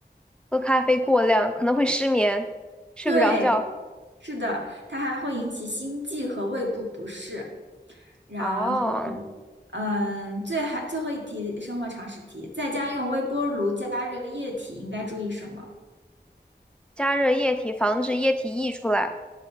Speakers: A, in the centre; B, on the right.
A: 喝咖啡过量可能会失眠，睡不着觉。
B: 对，是的，它还会引起心悸和胃部不适。然后，
A: 哦，
B: 嗯，最还最后一题生活常识题，在家用微波炉加热液体应该注意什么？
A: 加热液体防止液体溢出来。